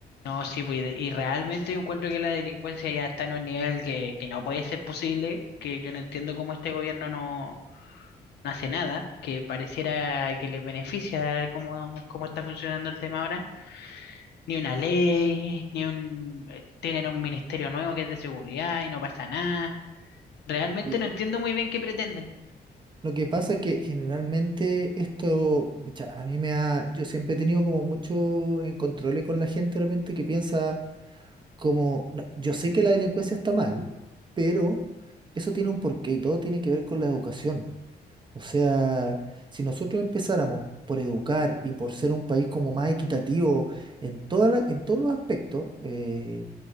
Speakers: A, on the left; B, on the right.
A: No, sí, pues, y de- y realmente yo encuentro que la delincuencia ya está en un nivel que, que no puede ser posible, que yo no entiendo cómo este gobierno no, no hace nada, que pareciera que les beneficia cómo, cómo está funcionando el tema ahora. Ni una ley, ni un... eh, Tienen un ministerio nuevo que es de seguridad y no pasa nada. Realmente
B: Y
A: no
B: lo
A: entiendo muy bien qué pretenden.
B: lo que pasa es que generalmente esto, pucha, a mí me ha, yo siempre he tenido como mucho en control con la gente de repente que piensa como, "No, yo sé que la delincuencia está mal, pero eso tiene un porqué y todo tiene que ver con la educación. O sea, si nosotros empezáramos por educar y por ser un país como más equitativo en toda la- en todos los aspectos, eh,